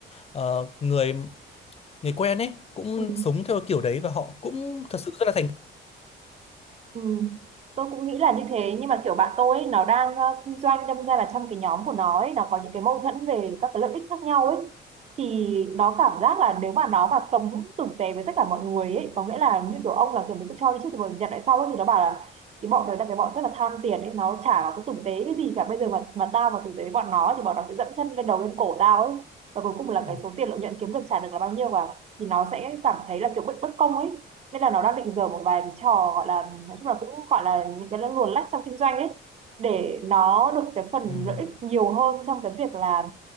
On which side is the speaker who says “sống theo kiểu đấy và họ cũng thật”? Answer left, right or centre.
Left